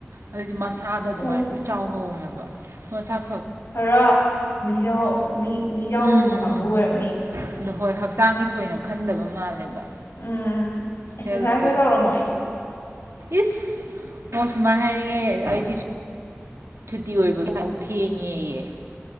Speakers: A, on the right; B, on the left.
A: ꯑꯗꯨꯗꯤ ꯃꯁ ꯊꯥꯗ ꯑꯗꯨꯃꯥꯏꯅ
B: ꯑꯣ
A: ꯂꯣꯏ ꯆꯥꯎꯍꯧꯋꯦꯕ ꯄꯁꯥ
B: ꯈꯔ ꯃꯤꯖꯥꯎ ꯃꯤꯖꯥꯎꯒꯨꯝꯕ
A: ꯎꯝ ꯎꯝ
B: ꯀꯥꯡꯕꯨ
A: ꯎꯝ
B: ꯑꯣꯏꯔꯕꯅꯤ
A: ꯑꯗꯣ ꯍꯣꯏ ꯍꯛꯆꯥꯡꯒꯤ ꯊꯣꯏꯅꯒ ꯈꯟꯗꯕ ꯃꯥꯜꯂꯦꯕ
B: ꯎꯝ ꯑꯦꯛꯁꯔꯁꯥꯏꯁꯇ
A: ꯍꯦꯜꯠꯀꯤ
B: ꯇꯧꯔꯝꯃꯣꯏ
A: ꯏꯁ ꯍ ꯁꯃꯥꯏ ꯍꯥꯏꯔꯦ ꯑꯩꯗꯤ ꯁꯨꯇꯤ ꯑꯣꯏꯕꯗꯐꯥꯎ ꯊꯦꯡꯉꯦꯑ